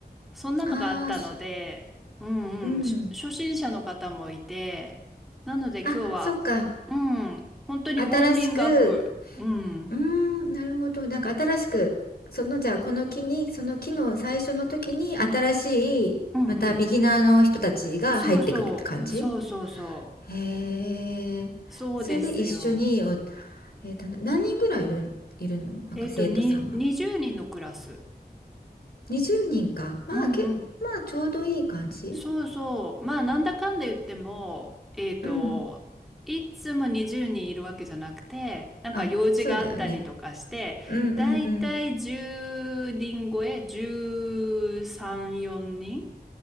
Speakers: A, in the centre; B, on the left.
A: そんなのがあったので、
B: ああ、す
A: うんうん、
B: うん。
A: し初心者の方もいて、なので今日は、
B: あ、そっか。
A: うん、本当にウォーミングアップ。
B: 新しく、
A: うん、
B: うーん、なるほど。なんか新しく、そのじゃあこの木に、その木の最初の時に新しい、
A: うんうん。
B: またビギナーの人たちが入ってくるって感じ
A: そうそう、そうそうそ
B: へえ。
A: う。そうですよ。
B: それで一緒にお、えーと、何人ぐらいいるの、いるのなんか生徒さんは。
A: えっと、に、20人のクラス。
B: 20人か。まあ、
A: うんうん。
B: け、まあちょうどいい感じ。
A: そうそう。まあ、なんだかんだ言っても、えっと、
B: うん。
A: いつも20人いるわけじゃなくて、なんか用事があったりとかして、
B: あ、そうだよね。うんうんうん
A: だいたい10人超え、13、4人、